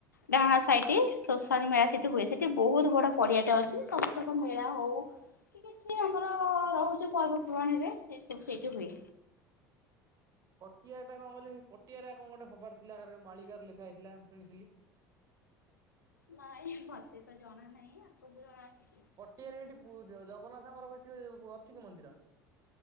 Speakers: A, on the left; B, on the right.
A: ଡାହାଣ ସାହିଟି ସୋଶୀ ମେଳା ସେଇଠି ହୁଏ ସେଠି ବହୁତ୍ ବଡ଼ ପଡିଆଟା ଅଛି ସମ ତା ମେଳା ହଉ କିଛି ଆମର ରହୁଚି ପର୍ବପର୍ବାଣିରେ ସେବୁ ସେଇଠି ହୁଏ।
B: ପଟିଆଟା କଣ କହିଲ ପଟିଆରେ କଣ ଗୋଟେ ଖବର ଥିଲା ମାଳିକାରେ ଲେଖା ହେଇଥିଲା ଶୁଣିଥିଲି?
A: ନାଇଁ ମତେତ ଜଣା ନାହିଁ ଆପଣଙ୍କୁ ଜଣା ଅଛି।
B: ଟଟିଆରେ ସେଇଠି ପୁ ଜଗନ୍ନାଥଙ୍କର କିଛି ଅଛିକି ମନ୍ଦିର?